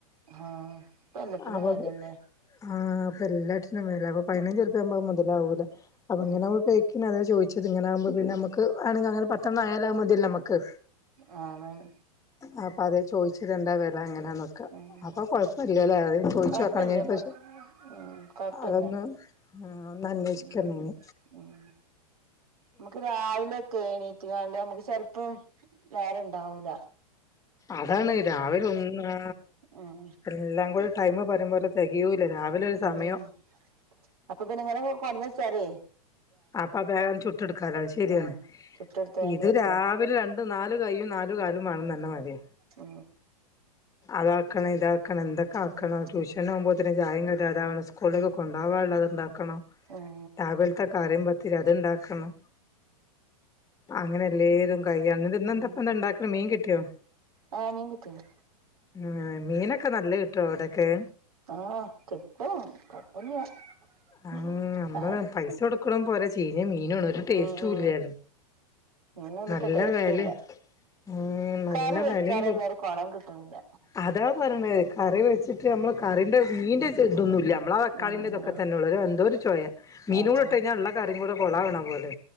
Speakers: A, on the right; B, on the left.
A: ആഹ് ഇപ്പ എല്ലത്തിനും
B: അപ്പൊ
A: വെലല്ലേ
B: ആഹ അപ്പൊ എല്ലായിടത്തുംും പതിനഞ് ചെറപ്പിയാുമ്പ മുതലാവൂല അപ്പൊ
A: ഉം
B: ഇങ്ങ ചോദിച്ചത് ഇങ്ങനെ ആകുമ്പോ പിന്നെ നമുക്ക് അങ്ങനെ പത്തന്ന നായാലാക മതിയേ നമ്മക്ക്
A: ആതാണ്
B: ആ അപ്പം അത്േ ചോദിച്ചിട്ട എന്താ വില എങ്ങനാ നോക്കുക
A: ഉം
B: കൊഴപ്പമില്ലല്ലേ അത ചോദിച്ച
A: കൊഴപ്പല്ല
B: വെക്കണം പക്ഷെ
A: കൊ ഉം കൊഴപ്പല്ല
B: അതൊന്ന് ആ ഒ അന്വേഷിക്കു
A: ഉം
B: ന്നേ
A: ഉം നമുക്ക് രാവിലെ ഒക്കെ എണീറ്റ്ണ്ട് നമുക്ക് ചെിലപ്പം വേറെ ഇണ്ടാവൂല ആ
B: അതാണ് രാവിലെ ഒന്ന്
A: ഉം
B: എല്ലാം കൂടി ടൈമ പറയോലെ തികയൂല്ല രാവിലെ ഒരു
A: ഉം
B: സമയം
A: അപ്പൊ പിന്നെങ്ങനെ കൊന്ന വെച്ചാാലേ
B: അപ്പൊ ബാഗന്ന് ചുട്ട എടുക്കാല ശെരിയാണ്
A: ഉം ചുട്ടെടുത്താണ്ടൊക്കെ
B: ഇത് രാവിലാണ് രണ്ട് നാല് കൈയും നാലു കാലും ആേണ തന്നെ മതി
A: ആ
B: അതാക്കണം ഇതാക്കണം എന്തൊക്കെ ആക്കണം
A: ഉം
B: ട്യൂഷൻ പോകുമ്പോത്തന്നെ ചായേം കടി സ്കൂളിലക്കെ കൊണ്ടകാനുള്ളത് ഉണ്ടാക്കണം
A: ഉം
B: രാവിലത്തെ കാഴി അത്ണ്ടാക്കണം അങ്ങനെ എല്ലാവരും കയ്യണ ഇന്ന് എന്തപ്പ
A: ഉം
B: എന്താ ഇണ്ടാക്കണ മീൻ കിട്ടിയോ
A: ആഹ് മീൻ കിട്ടീണ്
B: ഉം മീനൊക്കെ നല്ല കിട്ടോ അവിടെക്കെ
A: ആ കിട്ടും കുഴപ്പം ഒന്നും ഇല്ല
B: ആഹ് നമ്മള്
A: ആ
B: പൈസ
A: ഉ
B: കൊടുക്ക്ണും പോരാ ചീഞ്ഞ മീനുവാണ് ഒരു ടേസ്റ്റും
A: ഉ ഉ
B: ഇല്ലാലോ.
A: ഇന്ന എനക്ക്
B: നല്ല
A: ടേസ്റ്റ്
B: വെലെ
A: ഇല്ല
B: ഉം നല്ല
A: കറി വെച്ചാല
B: വെലിം കൊ
A: ഒന്നരു കൊണം കിട്ടുന്നില്ല
B: അതാ പറഞ്ഞണത് കറി വെച്ചിട്ട് നമ്മള് കറിന്റെ മീന്റെ ഇതൊന്നുമില്ല നമ്മളെ തക്കാളിന്റെ
A: ഉം
B: തൊക്കെ തന്നെള്ളൂ എന്തോ ഒരു ചോയാ മീനും
A: അതാ
B: കൂടെ ഇട്ടു കഴിഞ്ഞാ ഉള്ള കറിയും കൂടെ കൊളാ വണ പോലെ